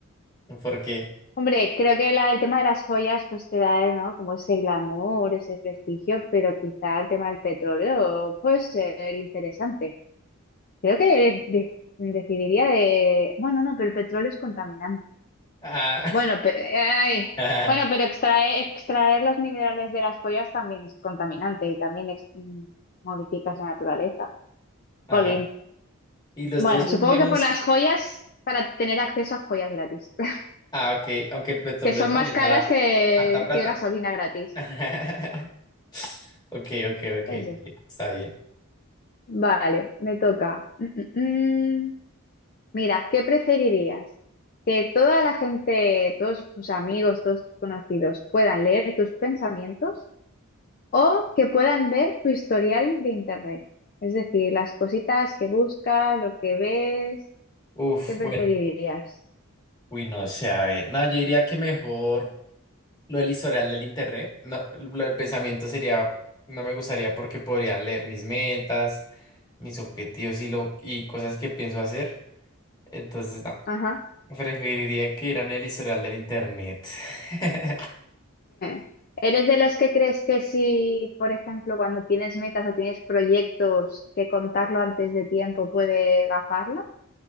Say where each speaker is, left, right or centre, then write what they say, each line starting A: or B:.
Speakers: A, on the left (about 20°); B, on the left (about 40°).
A: Porque,
B: Hombre, creo que la- el tema de las joyas pues te da, eh, ¿no? Como ese glamour, ese prestigio, pero quizá el tema del petróleo puede ser interesante. Creo que de- de- decidiría de... Bueno, no, pero el petróleo es contaminante.
A: ah,
B: Bueno, pe- ay.
A: <laughs>
B: Bueno, pero extraer, extraer los minerales de las joyas también es contaminante y también ex- mm, modificas la naturaleza.
A: ajá.
B: Jolín.
A: Y los
B: Bueno,
A: dos son
B: supongo
A: buenos.
B: que por las joyas, para tener acceso a joyas gratis, <laughs>
A: Ah, ok. Aunque el petróleo
B: que son
A: también
B: más caras
A: da
B: que,
A: harta plata.
B: que gasolina gratis.
A: <laughs> Ok, ok, ok.
B: Ese.
A: vale, Está bien.
B: Vale, me toca. Mm, mm, mm. Mira, ¿qué preferirías? ¿Que toda la gente, todos tus amigos, todos tus conocidos puedan leer tus pensamientos o que puedan ver tu historial de internet? Es decir, las cositas que buscas, lo que ves,
A: Uf,
B: ¿qué preferirías?
A: bueno. Uy, no sé, a ver. No, yo diría que mejor lo del historial del internet. No, lo del pensamiento sería, no me gustaría porque podrían leer mis metas, mis objetivos y lo, y cosas que pienso hacer. Entonces, no,
B: Ajá.
A: preferiría que en el historial del internet. <laughs>
B: <laughs> ¿Eres de los que crees que si, por ejemplo, cuando tienes metas o tienes proyectos, que contarlo antes de tiempo puede gafarlo?